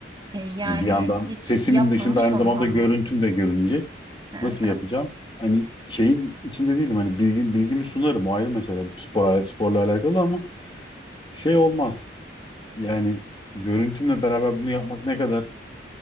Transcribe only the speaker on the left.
Yani bir yandan
sesimin
dışında aynı
zamanda görüntüm
de görünecek.
Nasıl yapacağım? Hani şeyin içinde değilim. Hani bilgi, bilgimi sunarım. O ayrı mesele. Spor, sporla alakalı ama şey olmaz. Yani görüntümle beraber bunu yapmak ne kadar